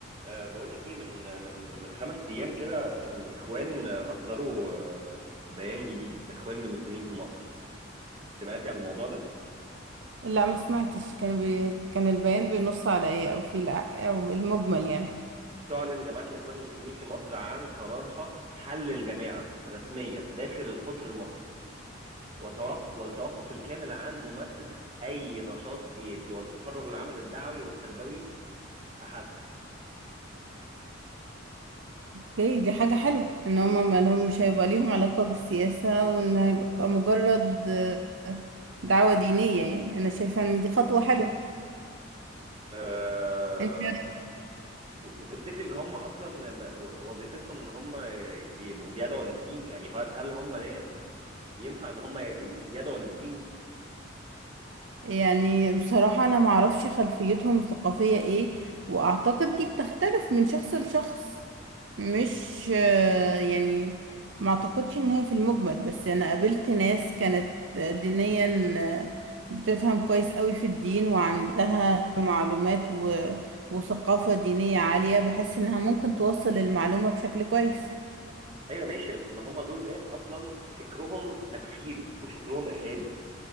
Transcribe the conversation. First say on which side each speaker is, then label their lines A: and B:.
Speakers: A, on the right (about 30°); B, on the right (about 65°).
A: أه بقول لك ايه من من من خمس ايام كده الاخوان اصدروا آه، بيان جديد اخوان المسلمين في مصر سمعتي عن الموضوع ده
B: لا ما سمعتش كان بي... كان البيان بينص على ايه او في الع... او المجمل يعني
A: تعلن جماعه الاخوان المسلمين في مصر عن قرارها حل الجماعه رسميا داخل القطر المصري وتوق- والتوقف الكامل عن ممارسه اي نشاط سياسي والتفرغ للعمل الدعوي والتربوي فحسب
B: اوكي دي حاجة حلوة ان هم ما لهم مش هيبقى ليهم علاقة بالسياسة وان هيبقى مجرد آه، دعوة دينية يعني انا شايفة ان دي خطوة حلوة
A: أه
B: انت
A: وتفتكري ان هم اصلا ب- وظيفتهم ان هم يبقوا بيدعوا للدين يعني هل هل هم ناس ينفع ان هم يدعوا للدين
B: يعني بصراحة انا معرفش خلفيتهم الثقافية ايه واعتقد دي بتختلف من شخص لشخص مش آه، يعني ما اعتقدش ان هي في المجمل بس انا قابلت ناس كانت دينيا آه، بتفهم كويس قوي في الدين وعندها معلومات و... وثقافة دينية عالية بحس انها ممكن توصل المعلومة بشكل كويس
A: ايوه ماشي بس ما هم دول ناس اصلا فكرهم تكفيري وفكرهم ارهابي